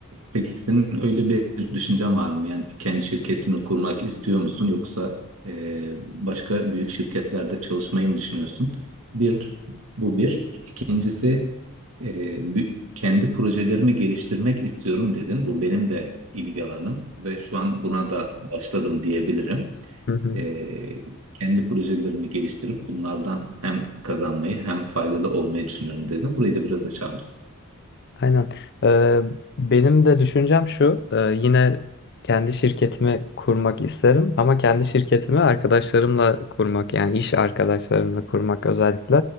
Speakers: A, on the right; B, on the left.
A: peki senin öyle bir düşüncen var mı? Yani kendi şirketini kurmak istiyor musun yoksa e, başka büyük şirketlerde çalışmayı mı düşünüyorsun? Bir, bu bir. İkincisi e, bü- kendi projelerimi geliştirmek istiyorum dedin. Bu benim de ilgi alanım ve şu an buna da başladım diyebilirim.
B: Hı hı.
A: Ee, kendi projelerimi geliştirip bunlardan hem kazanmayı hem faydalı olmayı düşünüyorum dedim. Burayı da biraz açar mısın?
B: Aynen. Ee, benim de düşüncem şu. e, yine kendi şirketimi kurmak isterim ama kendi şirketimi arkadaşlarımla kurmak yani iş arkadaşlarımla kurmak özellikle